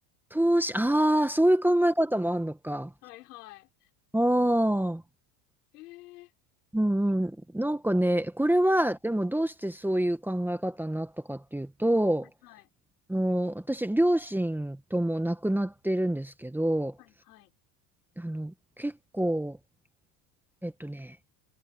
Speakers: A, in the centre; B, on the left.
A: 投資、ああ、そういう考え方もあるのか。
B: はいはい。
A: ああ。
B: ええ
A: うんうん、なんかね、これはでもどうしてそういう考え方になったかっていうと、
B: はい。
A: あの私、両親とも亡くなってるんですけど、
B: はい、はい。
A: あの結構、えっとね、